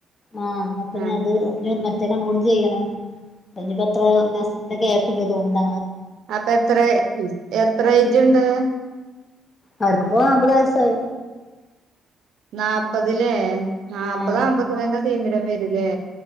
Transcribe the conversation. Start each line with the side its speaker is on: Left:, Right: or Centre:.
Left: ആ അപ്പന്നി
Right: ആഹ്
Left: അത് റ്റെ കണ്ണ് കൂടി ചെയ്യണം അനിപ്പ എത്ര ദിവസത്തി കേപ്പുണ്ട് തോന്ന
Right: അപ്പ എത്ര എത്ര ഏജുണ്ട്
Left: അവർക്കിപ്പോ അമ്പത് വയസായി
Right: നാല്പതിലേ നാല്പ്പത്
Left: ആഹ്
Right: <unintelligible> തിമിരം വരുല്ലേ